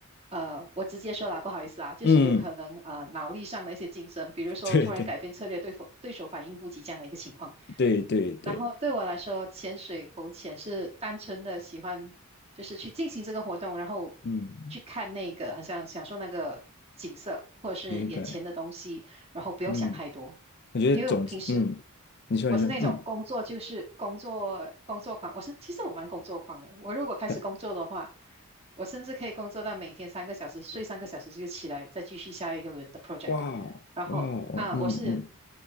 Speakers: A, on the right (about 30°); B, on the left (about 50°).
A: 呃，我直接说啦，不好意思啊，就是有可能呃脑力上的一些竞争，
B: 嗯，
A: 比如说突然改变策略，
B: <laughs> 对对
A: 对否对手反应不及这样的一个情况。
B: 对对对，
A: 然后对我来说，潜水、浮潜是单纯的喜欢，就是去进行这个活动，然后
B: 嗯，
A: 去看那个，好像享受那个景色或者是眼前的东西，
B: 明白，
A: 然后不用想太多。
B: 嗯，我觉得总之，
A: 因为平时
B: 嗯，你说你说，
A: 我是那种工作就是工作工作狂，
B: 嗯，
A: 我是其实我蛮工作狂的。我如果开始工作的话，
B: 对
A: 我甚至可以工作到每天三个小时，睡三个小时就起来，再继续下一个轮的 project。
B: 哇哦哇哦，
A: 然后啊，
B: 嗯嗯，
A: 我是